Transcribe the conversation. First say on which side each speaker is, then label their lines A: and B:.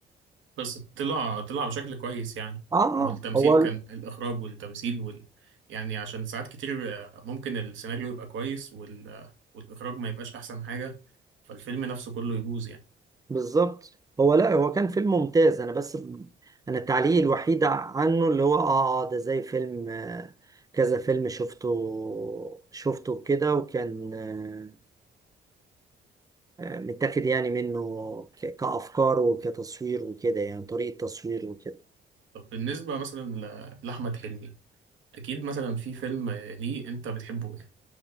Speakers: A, on the right; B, on the right.
A: بس طلع طلع بشكل كويس يعني
B: آه
A: والتمثيل
B: آه هو
A: كان الاخراج والتمثيل وال... يعني عشان ساعات كتير آه، ممكن السيناريو يبقى كويس وال... آه، والاخراج ما يبقاش احسن حاجة فالفيلم نفسه كله يبوظ يعني
B: بالظبط هو لا هو كان فيلم ممتاز أنا بس أنا التعليق الوحيد عنه اللي هو آه آه، ده زي فيلم آه، كذا فيلم شفته شفته كده وكان آه، آه، متاخد يعني منه ك- كأفكار وكتصوير وكده يعني طريقة تصوير وكده
A: طب بالنسبة مثلا ل... لأحمد حلمي أكيد مثلا في فيلم آه، ليه أنت بتحبه